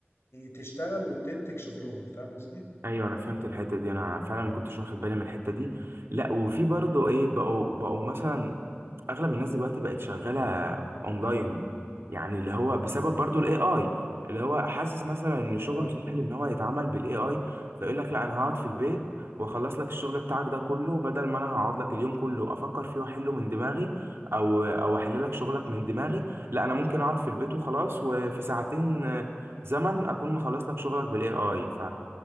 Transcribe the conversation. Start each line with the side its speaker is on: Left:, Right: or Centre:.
Left: تشتغل وتنتج شغلهم فاهم قصدي؟
Right: ايوه انا فهمت الحته دي انا فعلا ما كنتش واخد بالي من الحته دي لا وفي برضه ايه بقوا بقوا مثلا اغلب الناس دلوقتي بقت شغاله اونلاين يعني اللي هو بسبب برضو الاي اي اللي هو حاسس مثلا ان شغله
Left: اه
Right: سهل ان هو يتعمل بالاي اي فيقول لك لا انا هقعد في البيت واخلص لك الشغل بتاعك ده كله بدل ما انا هقعد لك اليوم كله افكر فيه واحله من دماغي او او احل لك شغلك من دماغي لا انا ممكن اقعد في البيت وخلاص وفي ساعتين آه، زمن اكون مخلص لك شغلك بالاي اي ف